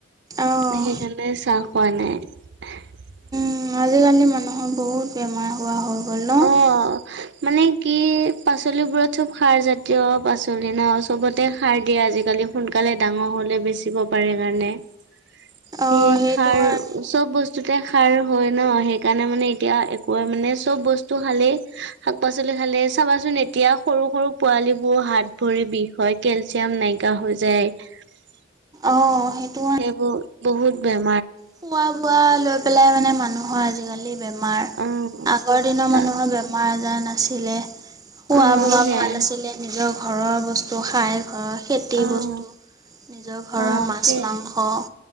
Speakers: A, on the right; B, on the right.
A: অঁ
B: সেইকাৰণে চাহ পোৱা নাই <unintelligible>
A: উ আজিকালি মানুহৰ বহুত বেমাৰ <unintelligible> গ'ল ন
B: অ <unintelligible> মানে কি পাচলিবোৰত চব সাৰ জাতীয় পাচলি ন চবতে সাৰ দিয়ে আজিকালি <unintelligible> সোনকালে ডাঙৰ হলে বেচিব পাৰে কাৰণে <unintelligible>
A: অঁ
B: এই
A: সেইটো
B: সাৰ
A: কাৰণে
B: চব বস্তুতে <unintelligible> সাৰ হয় ন সেইকাৰণে মানে এতিয়া একোৱে মানে চব বস্তু <inaudible> বস্তু খালে শাক পাচলি খালে চাবাচোন এতিয়া সৰু সৰু পোৱালী বোৰ হাত ভৰি বিষ হয় <inaudible> কেলচিয়াম নাইকীয়া হৈ যায় <unintelligible>
A: অঁ সেইটো কাৰণে
B: সেইবোৰ বহুত বেয়া
A: খোৱা বোৱা লৈ পেলাই <inaudible> মানুহৰ আজি বেমাৰ
B: অ',
A: আগৰনৰ
B: তা
A: মানুৰ বেমাৰ <inaudible> বেমাৰ নাছিলে খোৱা
B: অ',
A: বোৱা
B: সেয়াই
A: ভাল আছিলে নিজৰ ঘৰৰ বস্তু খাই ঘৰত <inaudible> খেতি
B: অ',
A: বস্তু নিজৰ ঘৰৰ
B: অ',
A: মাছ
B: সেয়াই
A: মাংস